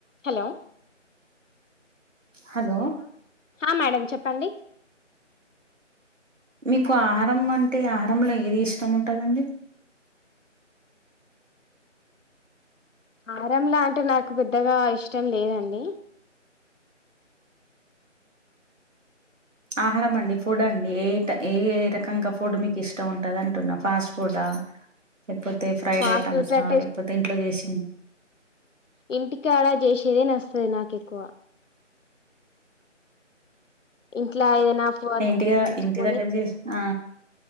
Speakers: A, on the left; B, on the right.
A: hello
B: hello
A: హా madam చెప్పండి
B: మీకు ఆహారం అంటే ఆహారంలో ఏది ఇష్టం ఉంటదండి
A: ఆహారంలా అంటే నాకు పెద్దగా ఇష్టం లేదండి
B: ఆహారం అండి ఫుడ్ అండి ఏ ఏ ఏ రకంగా ఫుడ్ మీకు ఇష్టం ఉంటది అంటున్నా ఫాస్ట్ ఫుడ్ ఆ లేకపోతే ఫ్రైడ్
A: ఫాస్ట్
B: ఐటమ్స్ఆ
A: ఫుడ్ అంటే
B: లేకపోతే ఇంట్లో చేసి
A: ఇంటికి అడా చేసేదే నస్తది నాకెక్కువ ఇంట్ల ఏదైనా వర్క్
B: ఇంటిగా
A: చేసుకొని
B: ఇంటి దగ్గర చేసి ఆ